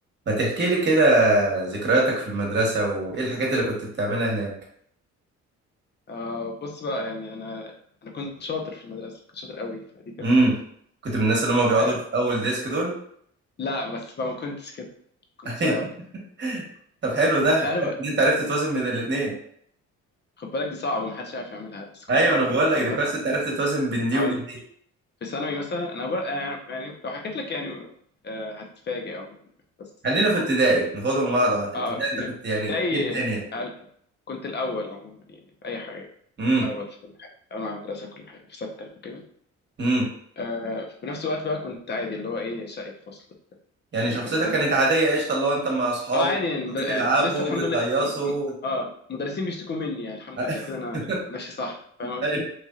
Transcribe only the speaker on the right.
ما تحكي لي كده ذكرياتك في المدرسة وإيه الحاجات اللي كنت بتعملها هناك
امم كنت من الناس اللي هم بيقعدوا
في أول ديسك دول
<laughs>
أيوة.
طب حلو ده
حلو
إن أنت عرفت توازن بين الاتنين
أيوه
أنا بقول
لك
ده
كويس أنت عرفت توازن بين دي
وبين دي
خلينا في ابتدائي ناخدهم واحدة واحدة
ابتدائي
أنت كنت
يعني
إيه الدنيا
امم
امم
يعني
شخصيتك
كانت عادية قشطة اللي هو أنت مع أصحابك
بتلعبوا
بتهيصوا
<laughs>
ايوه